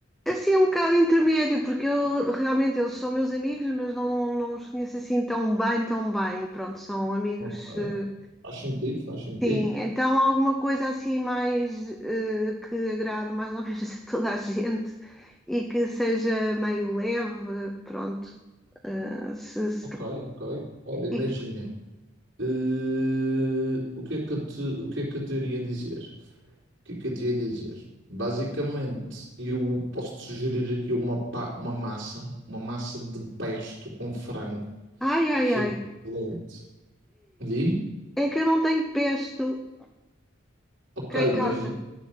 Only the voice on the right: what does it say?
Ok.
Faz sentido, faz sentido.
Ok, ok. Olha, imagina.
eh, o que é que eu te, o que é que eu te iria dizer? O que é que eu te ia dizer? Basicamente, eu posso te sugerir aqui uma, pa- uma massa, uma massa de pesto com frango,
que
é excelente. Di?
Ok,
mas di,